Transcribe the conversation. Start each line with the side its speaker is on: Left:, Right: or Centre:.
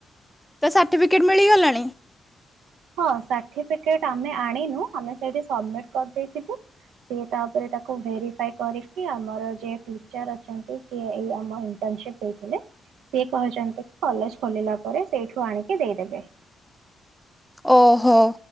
Centre: ତ, ସାର୍ଟିଫିକେଟ ମିଳିଗଲାଣି।
Right: ହଁ, ସାର୍ଟିଫିକେଟ୍ ଆମେ ଆଣିନୁ। ଆମେ ସେଇଠି ସବମିଟ୍ କରିଦେଇଥିବୁ। ସେ ତାପରେ ତା। କୁ ଭେରିଫାଇ କରିିକି, ଆ। ଆମର ଯିଏ ଟିଚର ଅଛ। <inaudible> ସିଏ ଆମ ଇଂଟର୍ନସିପ ଦେଇଥିଲେ, ସେ କହିଛନ୍ତି କଲେଜ ଖୋଲିଲା ପରେ ସେଇଠୁ ଆଣିକି ଦେଇଦେବେ।
Centre: ଓହୋ